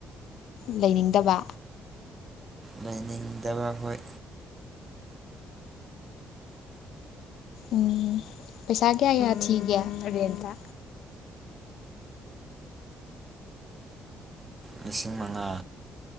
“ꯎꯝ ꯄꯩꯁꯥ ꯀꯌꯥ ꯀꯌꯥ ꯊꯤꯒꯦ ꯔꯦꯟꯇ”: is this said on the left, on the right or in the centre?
Left